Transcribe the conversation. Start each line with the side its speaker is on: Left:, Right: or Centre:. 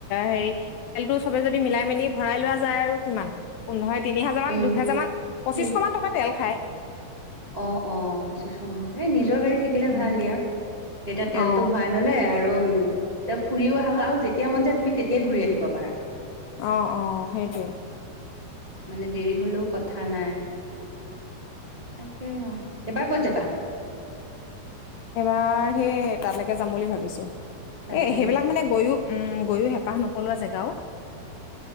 Left: হেৰি তেলটো চবে যদি মিলাই মেলি ভৰাই লোৱা যায় আৰু কিমান পোন্ধৰ তিনি হাজাৰ মান
Right: উম,
Left: দুহেজাৰ মান পঁচিছশ
Right: তিন
Left: মান টকা তেল খায়
Right: অ অ পঁচিছশ মান হয় এ নিজৰ গাড়ী থাকিলে
Left: উম
Right: ভাল দিয়া। তেতিয়া তেলটো
Left: অ
Right: ভৰাই ললে আৰু উম তে ফুৰিও অহা হল আৰু যেতিয়া মন যায় তুমি তেতিয়াই ঘূৰি আহিব পাৰা
Left: অ অ সেইটোৱে
Right: মানে দেৰি হলেও ক থা নাই তাকে অ এবাৰ ক'ত যাবা
Left: এবাৰ সেই তালেকে যাম বুলি ভাবিছো
Right: তালৈকে
Left: এ সেইবিলাক
Right: যাবা।
Left: মানে গৈয়ো উম গৈয়ো হেঁপাহ নপলোৱা জেগা ঔ